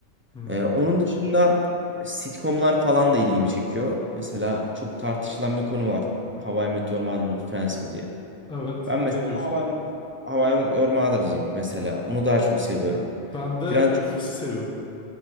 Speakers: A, in the centre; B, on the right.
A: Hı.
B: Ee, onun dışında sitcomlar falan da ilgimi çekiyor. Mesela çok tartışılan bir konu var. How I Met Your Mother mı, Friends mi diye.
A: Evet.
B: Ben mesela
A: Ne diyorsun?
B: How I Met, How I Met Your Mother'cıyım mesela. Onu daha çok seviyorum.
A: Ben de
B: Friends
A: Office'i seviyorum.